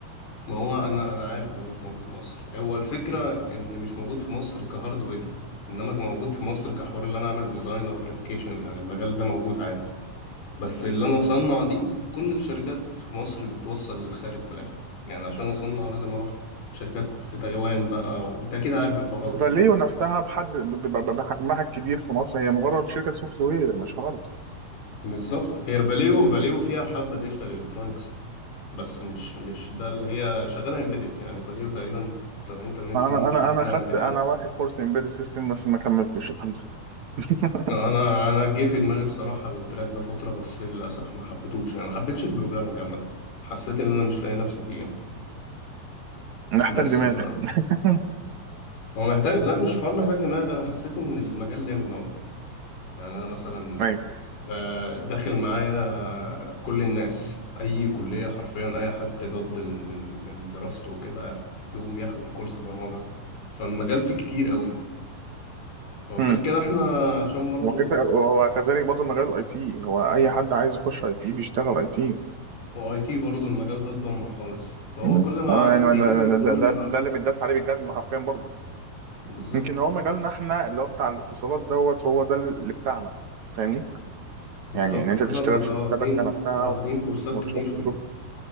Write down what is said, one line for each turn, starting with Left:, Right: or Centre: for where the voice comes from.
Left: ما هو انا انا عارف ان هو مش موجود في مصر هو الفكره ان مش موجود في مصر كهاردوير انما موجود في مصر كحوار اللي انا اعمل ديزاين او فيريفيكيشن يعني المجال ده موجود عادي بس اللي انا اصنع دي كل الشركات في مصر بتوصل للخارج في الاخر يعني عشان اصنع لازم اروح شركات في تايوان بقى وانت اكيد عارف الحوارات دي
Right: فاليو نفسها بحد ب- ب- بحجمها الكبير في مصر هي مجرد شركه سوفت وير مش هارد
Left: بالظبط هي فاليو فاليو فيها حبة ديجيتال الكترونكس بس مش مش ده اللي هي شغالة امبيدد يعني فاليو تقريبا 70 80%
Right: انا
Left: من الشغل
Right: انا انا
Left: بتاعها
Right: خدت
Left: امبيدد
Right: انا واخد كورس امبيدد سيستم بس ما كملتوش الحمد لله <laughs>
Left: انا انا جه في دماغي بصراحة التراك ده فترة بس للاسف ما حبيتهوش يعني ما حبيتش البروجرامنج عامة حسيت ان انا مش لاقي نفسي فيه يعني
Right: محتاج
Left: بس
Right: دماغ
Left: ف
Right: <laughs>
Left: هو محتاج لا مش حوار محتاج دماغ انا حسيت ان المجال لامم قوي يعني انا مثلا
Right: ايوه
Left: آه، داخل معايا كل الناس اي كليه حرفيا اي حد جد من من من دراسته وكده يقوم ياخد كورس برمجه فالمجال فيه كتير قوي وغير
Right: امم
Left: كده احنا عشان برضو
Right: هو فكره هو كذلك برضه مجال الاي تي هو اي حد عايز يخش اي تي بيشتغل اي تي
Left: واي تي برضو المجال ده اتدمر خالص فهو
Right: مم.
Left: كل ما العدد
Right: اه يعني أنا-
Left: بيقل كل
Right: ده, ده,
Left: ما بقى
Right: ده
Left: الفرص
Right: اللي متداس عليه بالجزمه حرفيا برضه
Left: بالظبط
Right: يمكن هو مجالنا
Left: آه،
Right: احنا اللي هو بتاع الاتصالات دوت هو ده اللي بتاعنا فاهمني
Left: بالظبط
Right: يعني ان انت
Left: فاحنا
Right: تشتغل
Left: بنبقى
Right: في الشبكه
Left: واخدين
Right: نفسها
Left: واخدين كورسات
Right: وتروح
Left: كتير في
Right: تشوف